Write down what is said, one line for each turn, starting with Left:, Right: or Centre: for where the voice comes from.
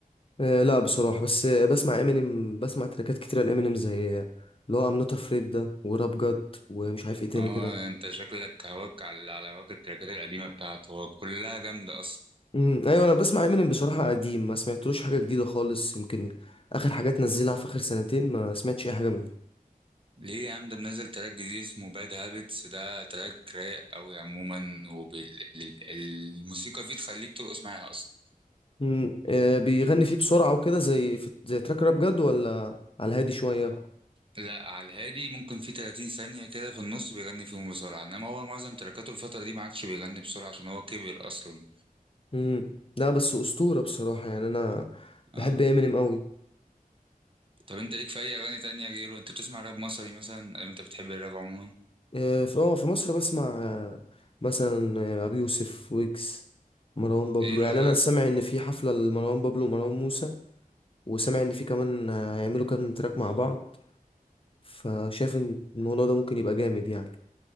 Left: آه، لا بصراحة بس آه، بسمع امينيم بسمع تراكات كتيرة لامينيم زي آه، اللي هو ام نوت افريد ده وراب جاد ومش عارف ايه تاني
Right: اه
Left: كده
Right: انت شكلك هواك على على هواك التراكات القديمه بتاعته هو كلها جامده اصلا
Left: امم ايوه انا بسمع امينيم بصراحة قديم ما سمعتلوش حاجة جديدة خالص يمكن اخر حاجات نزلها في اخر سنتين ما سمعتش اي حاجة منه
Right: ليه يا عم ده منزل تراك جديد اسمه باد هابتس ده تراك رايق قوي عموما والموسيقى فيه تخليك ترقص معاها اصلا
Left: امم آه، بيغني فيه بسرعة وكده زي في زي تراك راب جاد ولا على الهادي شوية
Right: لا على الهادي ممكن في 30 ثانية كده في النص بيغني فيهم بسرعة انما هو معظم تركاته الفترة دي ما عادش بيغني بسرعة عشان هو كبر اصلا
Left: امم لا بس أسطورة بصراحة يعني انا
Right: اه
Left: بحب امينيم قوي
Right: طب انت ليك في اي اغاني تانية غيره انت بتسمع راب مصري مثلا او انت بتحب الراب عموما
Left: آه، في اه في مصر بسمع آه، مثلا آه، ابي يوسف ويكس مروان بابلو
Right: ايه رأيك
Left: يعني انا سامع ان في حفله لمروان بابلو ومروان موسى وسامع ان في كمان آه، هيعملوا كام تراك مع بعض فشايف ان الموضوع ده ممكن يبقى جامد يعني